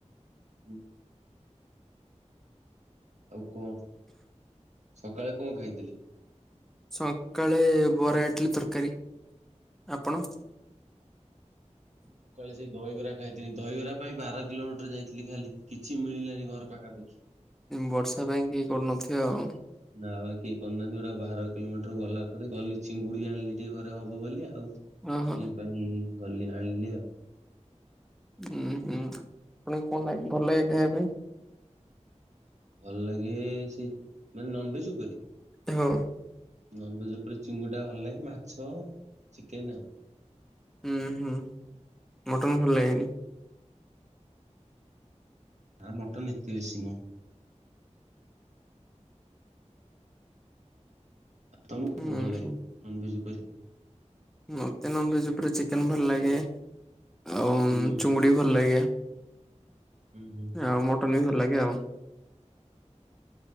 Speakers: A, on the right (about 70°); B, in the centre.
A: ହୁଁ। ଆଉ ସକାଳେ କ'ଣ ଖାଇଥିଲି?
B: ସକାଳେ ବରା, ଇଟ୍ଲି, ତର୍କାରୀ, ଆପଣ?
A: ସକାଳେ ସେଇ ଦହିବରା ଖାଇଥି, ଦହିବରା ପାଇଁ ବାର କିଲୋମିଟର ଯାଇଥିଲି ଖାଲି। କିଛି ମିଳିଲାନି ଘର ପାଖାପାଖି।
B: ବର୍ଷା ପାଇଁ କି କରୁନଥିବେ ଆଉ।
A: ନା ବା କେହି କରିନାହାନ୍ତି, ଗୋଟେ ବାର କିଲୋମିଟର ଗଲା ପରେ ଗଲି ଚିଙ୍ଗୁଡ଼ି ଆଣ୍ଲି ଟିକେ ଘରେ ହବ ବୋଲି ଆଉ। ଇଏ
B: ଓହୋ
A: ପାଇଁ ଗଲି, ଆଣ୍ଲି ଆଉ।
B: <inaudible>
A: ଭଲ୍ ଲାଗେ ମାନେ ନନଭେଜ୍‌ ଉପରେ।
B: ହଁ!
A: ନନଭେଜ୍‌ ଉପରେ ଚିଙ୍ଗୁଟା ଭଲ୍ ଲାଗେ। ମାଛ, ଚିକେନ୍‌ ଆ।
B: ଉଁ ହୁଁ, ମଟନ୍‌ ଭଲ୍ ଲାଗେନି।
A: ଆ, ମଟନ୍ ଏତେ ବେଶୀ ନୁହଁ। ତମକୁ
B: ହୁଁ
A: କ'ଣ ଭଲ ଲାଗେ
B: ହୁଁ।
A: ନନଭେଜ୍ ଉପରେ?
B: ମତେ ନନଭେଜ୍‌ ଉପରେ ଚିକେନ ଭଲ ଲାଗେ, ଆଉ
A: ହୁଁ
B: ଚୁଙ୍ଗୁଡ଼ି ଭଲ୍‌ ଲାଗେ।
A: <inaudible>
B: ଆଉ ମଟନ୍ ବି ଭଲ୍‌ ଲାଗେ ଆଉ।